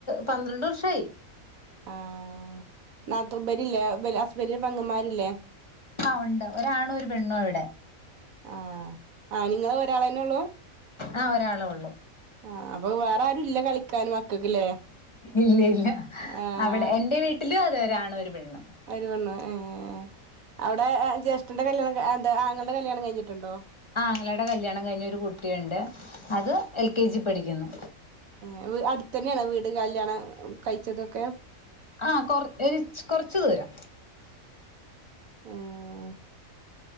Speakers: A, on the left; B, on the right.
A: പന്ത്രണ്ട് വർഷായി
B: ആഹ് നാത്തൂപരില്ലേ <unintelligible> ഹസ്ബന്റിന്റെ പെങ്ങമ്മാരില്ലേ
A: ആഹ് ഉണ്ട് ഒരാണു ഒരു പെണ്ണോ ഇവിടെ
B: ആഹ് ആഹ് നിങ്ങള് ഒരാളന്നെ ഉള്ളൂ
A: ആഹ് ഒരാള് ഒള്ളൂ
B: ആഹ് അപ്പൊ വേറെ ആരും ഇല്ല കളി ക്കാൻ മക്കക്കില്ലെ
A: ഇല്ല ഇല്ല
B: ആഹ്
A: അവിടെ എന്റെ വീട്ടിലും അതെ ഒരാണ് ഒരു പെണ്ണ്
B: ഒരു പെണ്ണ് ഏഹ് അവിടെ ജ്യേഷ്ഠൻ്ന്റെ കല്യാണം എന്താ ആങ്ങള്ടെ കല്യാണം കഴിഞ്ഞിട്ടുണ്ടോ?
A: ആങ്ങളുടെ കല്ല്യാണം കഴിഞ്ഞൊരു കുട്ടിയുണ്ട് അത് എൽ കെ ജി പഠിക്കുന്നു
B: ഏപ് അടുത്ത തന്നെയാണ് വീട് കാലാണ് കഴിച്ചതൊക്കെ
A: ആഹ് കൊ ഒരു കൊറച്ച് ദൂരെ
B: എഹ്